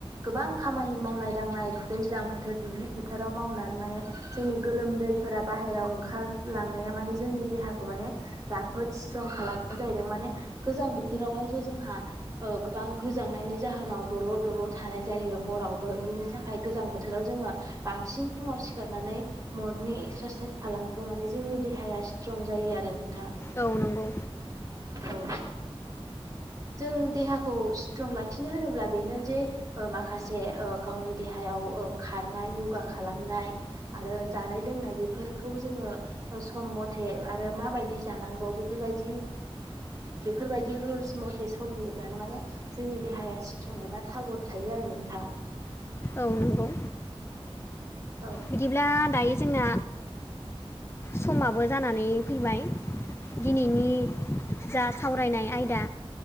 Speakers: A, on the right (about 35°); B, on the left (about 25°).
A: गोबां खामानि मावनाय दांनाय दैज्लां बोथोर दुब्लि फोथाराव मावनानै माने जोंनि गोलोमदैफोरा बाहेरायाव ओंखारलांनाया माने जोंनि देहाखौ माने राफोद स्ट्रं खालामो जाहैदों माने गोजां बोथोरावहायथ' जोंहा गोबां गोजांनायनि जाहोनाव दल' दल' थानाय जायो हरावबो बिनि थाखाय गोजां बोथोराव जोङो बांसिन फुङाव सिखारनानै मर्निं एक्सरेसाइस खालामोबा माने जोंनि देहाया स्ट्रं जायो आरो नोंथां
B: औ नंगौ
A: औ जों देहाखौ स्ट्रं लाखिनो होनोब्ला बेनो जे माखासे गावनि देहायाव खारनाय यगा खालामनाय आरो जानाय लोंनाय बेफोरखौ जोङो सम मथे आरो माबायदि जानांगौ बेफोरबायदि बेफोरबायदि रुल्स मथे सलियोब्लानो माने जोंनि देहाया इसट्रं एबा थागद थायो आरो नोंथां
B: औ नंगौ
A: औ
B: बिदिब्ला दायो जोंना समाबो जानानै फैबाय दिनैनि जा सावरायनाय आयदा